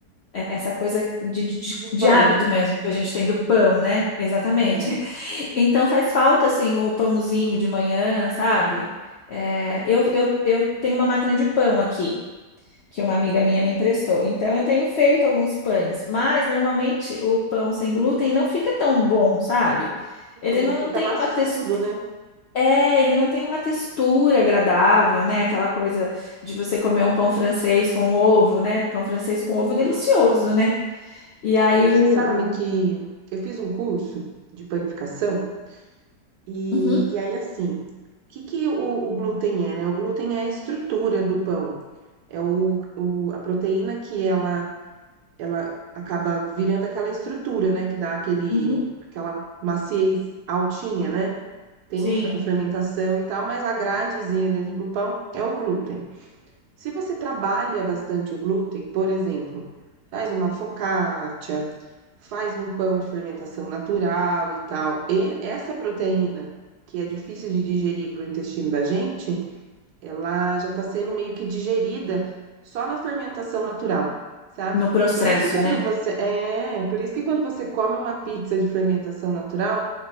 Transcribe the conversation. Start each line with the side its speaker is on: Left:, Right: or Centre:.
Left: é, essa coisa de, de, de-
Right: Do pão,
Left: de hábito
Right: né?
Left: mesmo que a gente tem do pão, né? Exatamente.
Right: É. Uhum.
Left: <laughs> Então faz falta assim o pãozinho de manhã, sabe? É, eu, eu, eu tenho uma máquina de pão aqui que uma amiga minha me emprestou. Então eu tenho feito alguns pães, mas normalmente o pão sem glúten não fica tão bom, sabe?
Right: Não,
Left: Ele
Right: ele
Left: não
Right: fica
Left: tem
Right: maçudo,
Left: uma textura,
Right: né?
Left: é, ele não tem uma textura agradável, né? Aquela coisa de você comer um pão francês com ovo, né? Pão francês com ovo
Right: Uhum.
Left: é delicioso, né? E aí
Right: Mas
Left: o,
Right: você sabe que
Left: o-
Right: eu fiz um curso de panificação e,
Left: Uhum,
Right: e aí, assim, o que que o, o glúten é, né? O glúten é a estrutura do pão. É o, o, a proteína que ela ela acaba virando aquela estrutura, né, que dá aquele,
Left: uhum,
Right: aquela maciez altinha, né? Tem
Left: sim,
Right: o fe- a fermentação e tal, mas a gradezinha dentro do pão é o glúten. Se você trabalha bastante o glúten, por exemplo, faz uma focaccia, faz um pão de fermentação natural e tal, e essa proteína que é difícil de digerir para o intestino da gente, ela já está sendo meio que digerida só na fermentação natural, sabe?
Left: no processo,
Right: Por isso que quando
Left: né?
Right: você é, por isso que quando você come uma pizza de fermentação natural,